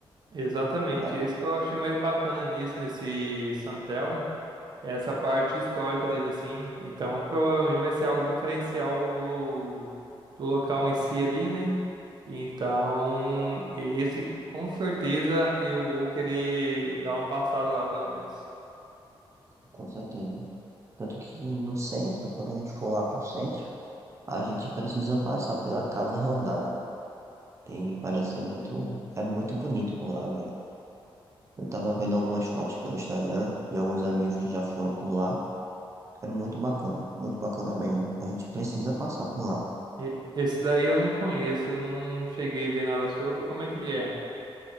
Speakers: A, on the right; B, on the right.
A: Exatamente,
B: Dá,
A: esse que eu achei mais bacana nisso, nesse Santelmo, é essa parte histórica dele, assim. Então, provavelmente vai ser algo diferencial do, do local em si ali, né? Então, esse com certeza eu vou querer dar uma passada lá, pelo menos.
B: com certeza. Tanto que no centro, quando a gente for lá pro centro, a gente precisa passar pela Casa Rosada. Tem, parece ser muito, é muito bonito por lá, velho. Eu tava vendo algumas fotos pelo Instagram de alguns amigos que já foram por lá. É muito bacana, muito bacana mesmo. A gente precisa passar por lá.
A: E- Esse daí eu não conheço, eu não cheguei a ver nada sobre. Como é que ele é?